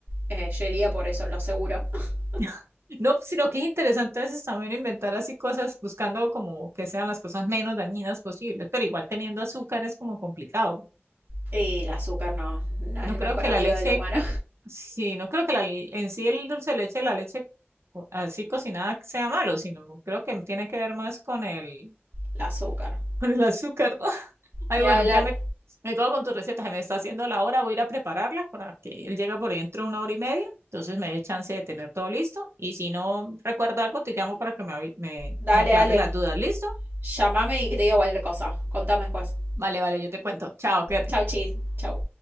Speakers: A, on the right (about 55°); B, on the right (about 75°).
A: Eh, yo iría por eso, lo seguro. <laughs>
B: <laughs> No, pues, sino que es interesante a veces también inventar así cosas buscando como que sean las cosas menos dañinas posibles, pero igual teniendo azúcar es como complicado.
A: Y el azúcar no, no
B: No
A: es el
B: creo
A: mejor
B: que
A: amigo
B: la leche
A: del humano.
B: Sí, no creo que la, en sí el dulce de leche, la leche co- así cocinada sea malo, sino creo que tiene que ver más con el,
A: <laughs> El azúcar.
B: <laughs> con el azúcar. ¿no? <laughs> Ay,
A: Ni
B: bueno,
A: hablar.
B: ya me, me quedo con tu receta, se me está haciendo la hora, voy a ir a prepararla para que él llegue por dentro de una hora y media, entonces me dé chance de tener todo listo y si no recuerdo algo, te llamo para que me, avi- me,
A: Dale,
B: me aclare
A: dale.
B: las dudas, ¿listo?
A: Llámame y que te diga cualquier cosa. Contame después.
B: Vale, vale, yo te cuento. Chao, cuídate.
A: Chau, chis. Chau.